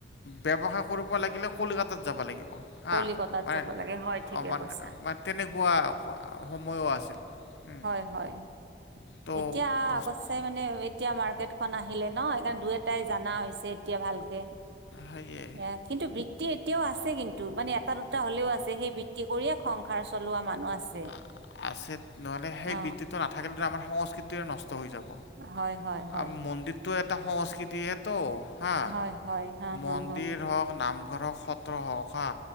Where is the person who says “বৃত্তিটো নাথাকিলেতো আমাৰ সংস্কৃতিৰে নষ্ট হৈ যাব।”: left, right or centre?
Left